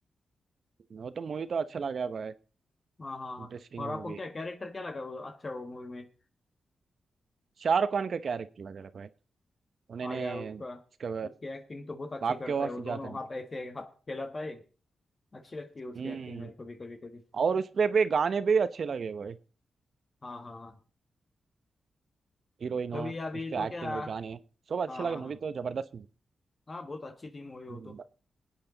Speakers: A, on the right; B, on the left.
A: वो तो मूवी तो अच्छा लगा भाई
B: हाँ हाँ हाँ
A: इंटरेस्टिंग
B: और आपको
A: मूवी
B: क्या कैरेक्टर क्या लगा वो अच्छा वो मूवी में
A: शाहरुख खान का कैरेक्टर लग रहा है भाई उन्होंने
B: हाँ यार उसका
A: उसके
B: उसकी एक्टिंग तो बहुत अच्छी
A: बाप
B: करता
A: के वास
B: है वो
A: जाता
B: दोनों
A: नहीं
B: हाथ ऐसे हाथ फैलाता है अच्छी लगती है उसकी
A: हम्म।
B: एक्टिंग मेरे को भी कभी कभी
A: और उसपे पे गाने भी अच्छे लगे भाई
B: हाँ हाँ हाँ।
A: हीरोइन हो
B: कभी अभी
A: उसके
B: तो क्या
A: एक्टिंग और गाने सब अच्छे
B: हाँ
A: लगे
B: हाँ हाँ
A: मूवी तो जबरदस्त movie।
B: हाँ बहुत अच्छी थी मूवी वो
A: हम्म,
B: तो
A: ब-